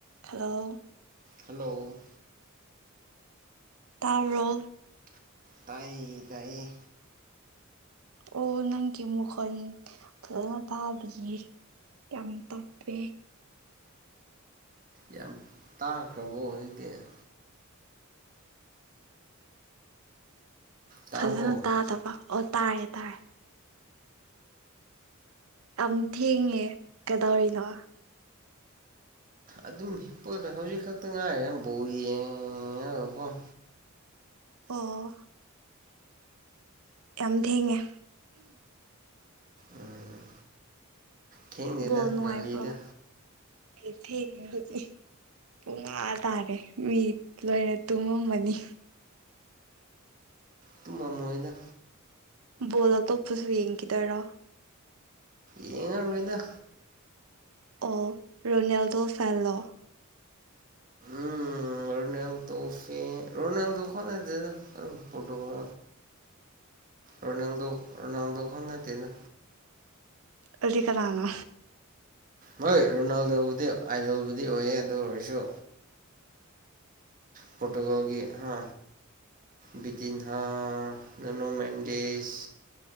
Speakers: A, on the right; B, on the right.
A: hello
B: hello
A: ꯇꯥꯎꯔꯣ
B: ꯇꯥꯏ ꯇꯥꯏ
A: ꯑꯣ ꯅꯪꯒꯤ ꯃꯈꯣꯟ ꯐꯖꯅ ꯇꯥꯕꯤꯌꯦ ꯌꯥꯝ ꯇꯞꯄꯦ
B: ꯌꯥꯝ ꯇꯥꯈ꯭ꯔꯕꯣ ꯍꯧꯖꯤꯛꯇꯗꯤ ꯇꯥꯕ꯭ꯔꯣ
A: ꯐꯖꯅ ꯇꯥꯗꯕ ꯑꯣ ꯇꯥꯔꯦ ꯇꯥꯔꯦ ꯌꯥꯝ ꯊꯦꯡꯉꯦ ꯀꯗꯥꯧꯔꯤꯅꯣ
B: ꯑꯗꯨꯝ ꯍꯤꯞꯄꯗ ꯍꯧꯖꯤꯛ ꯈꯛꯇ ꯉꯥꯏꯔꯤ ꯕꯣꯜ ꯌꯦꯡꯉꯢ
A: ꯑꯣ ꯌꯥꯝ ꯊꯦꯡꯉꯦ
B: ꯎꯝ ꯊꯦꯡꯗꯦꯗ
A: ꯕꯣꯜ ꯅꯨꯡꯉꯥꯏꯕ꯭ꯔꯣ
B: ꯉꯜꯂꯤꯗ
A: ꯑꯩ ꯊꯦꯡꯗꯤ ꯄꯨꯡ ꯑ ꯇꯥꯔꯦ ꯃꯤ ꯂꯣꯏꯅ ꯇꯨꯝꯃꯝꯃꯅꯤ
B: ꯇꯨꯝꯃꯝꯃꯣꯏꯗ
A: ꯕꯣꯜ ꯑꯇꯣꯞꯄꯁꯨ ꯌꯦꯡꯈꯤꯗꯣꯏꯔꯣ
B: ꯌꯦꯉ ꯔꯣꯏꯗ
A: ꯑꯣ ꯔꯣꯅꯥꯜꯗꯣ ꯐꯦꯜꯂꯣ
B: ꯎꯝ ꯔꯣꯅꯦꯜꯗꯣ ꯐ ꯔꯣꯅꯥꯜꯗꯣ ꯀꯅ ꯇꯅ ꯄꯣꯇꯨꯒ ꯔꯣꯅꯥꯜꯗꯣ ꯔꯣꯅꯥꯜꯗꯣ ꯈꯛ ꯅꯠꯇꯦꯗ
A: ꯑꯗꯨꯗꯤ ꯀꯅꯅꯣ
B: ꯍꯣꯏ ꯔꯣꯅꯥꯜꯗꯣꯕꯨꯗꯤ ꯑꯥꯏꯗꯜꯕꯨꯗꯤ ꯑꯣꯏꯌꯦ ꯑꯗꯨ ꯑꯣꯏꯔꯁꯨ ꯄꯣꯔꯇꯨꯒꯜꯒꯤ ꯍꯥ ꯕꯤꯇꯤꯟꯍꯥ ꯅꯅꯣ ꯃꯦꯟꯗꯤꯁ